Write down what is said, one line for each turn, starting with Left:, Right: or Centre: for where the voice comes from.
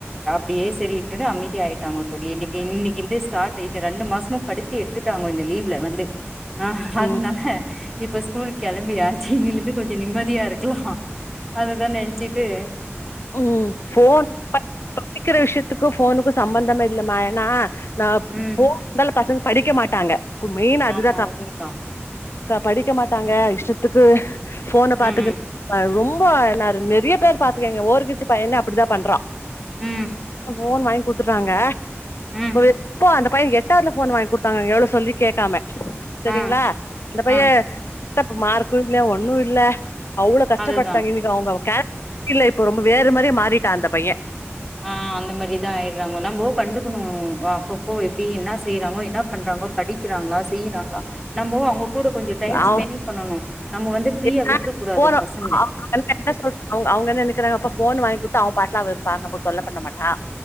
Centre: டியே சரிட்டுனு அமைதிய ஆகிட்டாங்க தோழி இன்னைக்கு இன்னைக்கின்டு ஸாடட் இந்த ரெண்டு மாசமு படித்தி எடுத்துட்டாங்க இந்த லீவ்ல ஆ அதனால
Left: ம்
Centre: இப்ப ஸ்கூலுக்கு கிளம்பியாச்சி இன்னையில இருந்து கொஞ்ச நிம்மதியா இருக்கலா அததா நெனைச்சிட்டு
Left: ம் ஃபோன் கிடைக்கிற விஷயத்துக்கு ஃபோனுக்கு சம்பந்தமே இல்லமா ஏன்னா நா
Centre: ம்
Left: ஃபோன் இருந்தாலு பசங்க படிக்க மாட்டாங்க இப்ப மெயின் அதுதா
Centre: ஆமா
Left: அக்கா
Centre: உண்மதா
Left: கா படிக்க மாட்டாங்க இஷ்டத்துக்கு ஃபோன பாத்துக்கின்
Centre: ம்
Left: ரொம்ப இப்ப நா நெறைய பேர் பாத்துயிருக்கேங்க ஓர்கித்தி பையனே அப்படிதா பண்றான்
Centre: ம்
Left: ஃபோன் வாங்கி குடுத்துட்டாங்க
Centre: ம்
Left: எப்ப அந்த பை பையன் எட்டாவதுல ஃபோன் வாங்கி குடுத்தாங்க எவ்வளவு சொல்லி கேட்காம சரிங்களா
Centre: ஆ
Left: அந்த பையன்
Centre: ஆ
Left: விட்ட மார்க்கு இல்ல ஒண்ணு இல்ல அவ்ளோ கஷ்டப்பட்டாங்க
Centre: அதுதா
Left: இன்னைக்கு அவுங்க கே இல்ல இப்ப ரொம்ப வேற மாரி மாறிட்டா அந்த பைய
Centre: ஆ அந்த மாரிதா ஆயிட்றாங்க நம்மோ கண்டுக்கணு அப்பப்போ எப்படி என்ன செய்யறாங்கோ என்னா பண்றாங்கோ படிக்கிறாங்களா செய்யிறாங்களா நம்போ அவுங்க கூட கொஞ்ச டைம்
Left: அவ
Centre: ஸ்பெண்ட் பண்ணனு நம்ம வந்து ஃப்ரீயா
Left: ஏன்னா
Centre: விட்றக் கூடாது
Left: ஃபோன
Centre: பசங்களை
Left: அவங்க வந்து என்ன சொல்ராங்க அவுங்க அவுங்க என்ன நினைக்கிறாங் அப்ப ஃபோன் வாங்கி கொடுத்த அவன் பாட்லா இருப்பா நம்மல தொல்ல பண்ண மாட்டா